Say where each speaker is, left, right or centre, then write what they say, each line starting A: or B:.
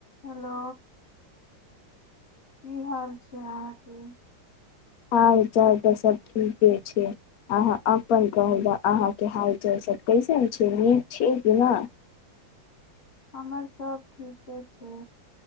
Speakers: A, on the left; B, on the left.
A: Hello की हाल छै अहाँके
B: हाल चाल तऽ सभ ठीके छै अहाँ अपन कहल जाउ अहाँके हाल चाल सभ कैसन छै नीक छैिय कि नहि
A: हमर सब ठीक के छै